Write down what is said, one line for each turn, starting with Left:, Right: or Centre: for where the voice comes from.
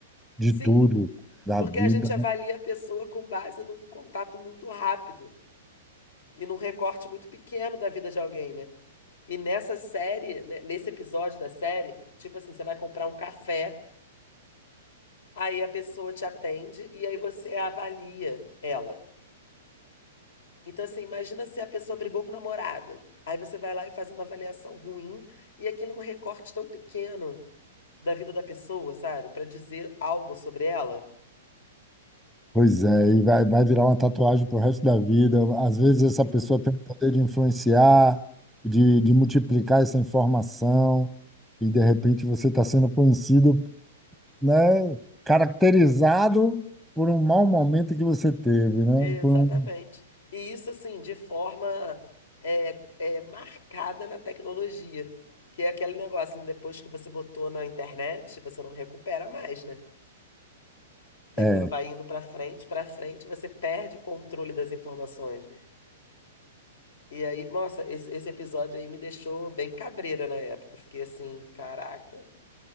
Centre: de
Left: sim,
Centre: tudo, da
Left: porque
Centre: vida,
Left: a gente avalia
Centre: né?
Left: a pessoa com base num contato muito rápido. e num recorte muito pequeno da vida de alguém, né? E nessa série, né, nesse episódio da série, tipo assim, você vai comprar um café, aí a pessoa te atende e aí você avalia ela. Então, assim, imagina se a pessoa brigou com o namorado. Aí você vai lá e faz uma avaliação ruim, e aquilo é um recorte tão pequeno da vida da pessoa, sabe? Pra dizer algo sobre ela.
Centre: Pois é, e vai, vai virar uma tatuagem pro resto da vida. Às vezes essa
Left: Sim.
Centre: pessoa tem o poder de influenciar, de, de multiplicar essa informação, e de repente você está sendo conhecido, né? Caracterizado por um mau momento que você teve, né?
Left: Exatamente.
Centre: Por um,
Left: E isso, assim, de forma é, é, marcada na tecnologia, que é aquele negócio, né, depois que você botou na internet, você não recupera mais, né? Que
Centre: é,
Left: aquilo vai indo para frente, para frente, você perde o controle das informações, né? E aí, nossa, esse, esse episódio aí me deixou bem cabreira na época. Eu Fiquei assim, caraca,